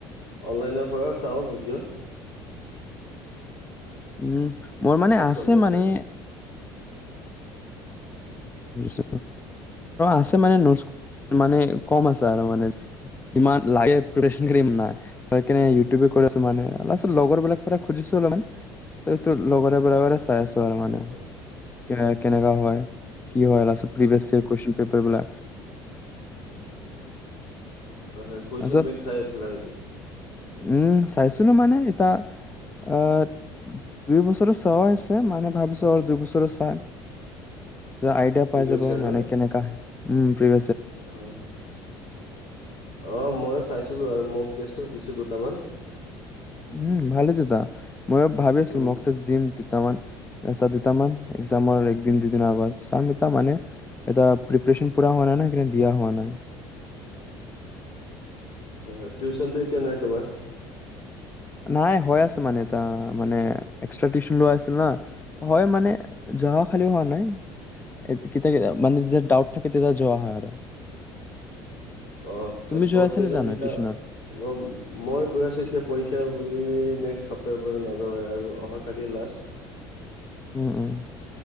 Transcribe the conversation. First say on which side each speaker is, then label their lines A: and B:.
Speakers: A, on the left (about 65°); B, on the left (about 20°).
A: অনলাইনৰ পৰা চাওঁ ভিডিঅ'
B: উম মোৰ
A: বাকী
B: মানে আছে
A: চলি
B: মানে।
A: আৰু
B: ছ আছে মানে মানে কম আছে আৰু মানে ইমান লাগে নাই সেই ইউটিউব আছ মানে অলপ লগৰবলাক পৰা খুজিছো অলপমান ত লগৰবিলাক চাই আছো। তাৰ মানে
A: হয়
B: কে কেনেকা হয়। লছে প্ৰিভিয় ই কুৱেশন পেপাৰলা
A: হয় হয় কুৱেশচন
B: তাৰপিছত
A: বেংক চাই আছিলা নেকি
B: উম চাইছিলো মানে এতিয়া আহ দুই বছৰ চোৱা হৈছে মানে ভাবিছো আৰু দুই বছৰ চাই তে আইডিয়া
A: প্ৰিভিয়াছ
B: পাইজে বাবু
A: ইয়েৰ
B: মানে
A: ন
B: কেেনেকাে উম প্ৰভ
A: হয়, হয় অ', ময়ো চাইছিলো আৰু মোক টেষ্টো দিছিলোঁ। তামান
B: উম, ভালে <unintelligible> ময়ো ভাবিছোঁ,
A: উম
B: ম'ক টেষ্ট দিম দুটামান। এটা দুটামান এক্জামৰ একদিন দুদিন আগত চাম এটা মানে এটা প্ৰিপাৰেচন পুৰা হোৱা নাই মা সেইকাৰণে দিয়া হোৱা নাই।
A: হয়, হয় টিউচনটো এতিয়া নাই তোমাৰ?
B: নাই হৈ আছে মানে এটা মানে এক্সট্ৰা টিউচন লৈ আছে নহয়, হয় মানে জহা খালী হোৱা নাই। এ কেতিয়া
A: হয়
B: কেত
A: হয়
B: মানে যে ডাউট থাকে তেতিয়া যোৱা হয় আৰু।
A: অ',
B: তুমি যোৱা
A: ব্ৰত
B: আছা
A: কৈছ
B: নে যোৱা
A: নেকি
B: নাই
A: তা
B: টিউচনত?
A: অ', মই গৈ আছো এতিয়া পৰীক্ষা বুলি নেক্সট সপ্তাহৰ পৰা নাযাওঁ হয় আৰু অহাকালি লাষ্ট।
B: উম, উম।